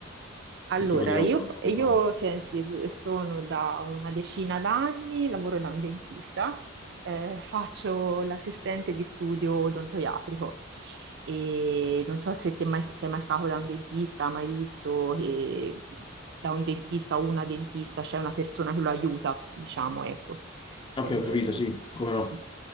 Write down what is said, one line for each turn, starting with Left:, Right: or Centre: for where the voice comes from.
Right: Allora,
Left: Che tipo di lavoro
Right: io, fa- io,
Left: fai?
Right: senti, sono da una decina d'anni, lavoro da un dentista, eh, faccio l'assistente di studio odontoiatrico e non so se te mai, sei mai stato da un dentista, mai visto che da un dentista o una dentista c'è una persona che lo aiuta, diciamo, ecco,
Left: Ok,
Right: eh,
Left: ho capito, sì, come no.
Right: gli